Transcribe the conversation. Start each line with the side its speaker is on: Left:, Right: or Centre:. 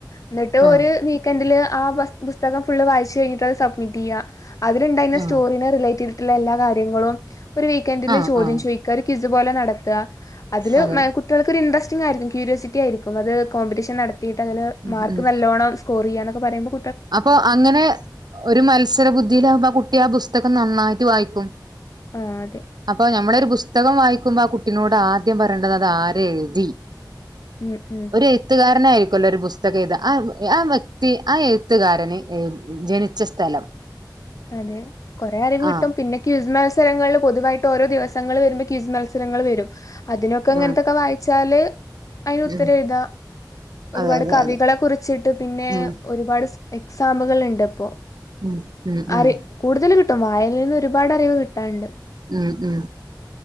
Left: എന്നിട്ട്
Right: ആഹ്
Left: ഒരു വീക്കെന്ഡില് ആ പസ് പുസ്തകം ഫുള്ള് വായിച്ചു കഴിഞ്ഞിട്ട് അത് സബ്മിറ്റ് ചെയ്യ. അതിലുണ്ടായിരുന്ന സ്റ്റോറിനെ
Right: ആഹ്
Left: റിലേറ്റ് ചെയ്തിട്ടുള്ള എല്ലാ കാര്യങ്ങളും ഒരു വീക്കെൻഡില്
Right: ആഹ്
Left: ചോദ്യം
Right: ആഹ്
Left: ചോയ് ക്ക ഒര് ക്വിസ് പോലെ നടത്തുക അതില്
Right: അതെ
Left: മെ കു ട്ടികൾക്ക്‌ ഒരു ഇട്രസ്റ്റിങ്ങ് ആയിരിക്കും ക്യൂര്യോസിറ്റി ആയിരിക്കും അത് കോമ്പറ്റീഷൻ നടത്തിയിട്ട് അതില്
Right: ഉം
Left: മാർക്ക്
Right: ഉം
Left: നല്ലോണം സ്കോർ ചെയാന്നോക്കെ പറയുമ്പോൾ
Right: അപ്പൊ അങ്ങനെ ഒരു മത്സരബുദ്ധിയിലാകുമ്പ ആ കുട്ടി ആ പുസ്തകം നന്നായിട്ട് വായിക്കും
Left: ആഹ് അതെ
Right: അപ്പൊ ഞമ്മളൊര് പുസ്തകം വായിക്കുമ്പോ ആ കുട്ടിനോട് ആദ്യം പറയേണ്ടത് അത് ആര് എഴുതി
Left: ഉം ഉം
Right: എഴുത്തുകാരനായിരിക്കൊല്ലോ ഒരു പുസ്തകം എയ്താ ആ ആ വ്യ ക്തി ആ എഴുത്തുകാരന് ജനിച്ച സ്ഥലം
Left: അതെ കൊറെ അറിവ് കിട്ടും
Right: ആഹ്
Left: പിന്നെ ക്വിസ് മത്സരങ്ങളിൽ പൊതുവായിട്ട് ഓരോ ദിവസങ്ങള് വരുമ്പം ക്വിസ് മത്സരങ്ങള് വരും അതിനൊക്കെ ഇങ്ങനത്തൊക്കെ
Right: ഉം
Left: വായിച്ചാല് അയിന് ഉത്തരം
Right: ഉം
Left: എഴുതാ ഒരുപാട്
Right: അതെ അതെ
Left: കവികളെ
Right: അതെ
Left: കുറിച്ചിട്ട് പിന്നെ
Right: ഉം
Left: ഒരുപാട് എക്സാമ്കള്ണ്ട് ഇപ്പോ
Right: ഉം ഉം
Left: അറി
Right: ഉം
Left: കൂടുതൽ കിട്ടും വായനയിൽന്ന് ഒരുപാട് അറിവ് കിട്ടാണ്ട്
Right: ഉം ഉം അതെ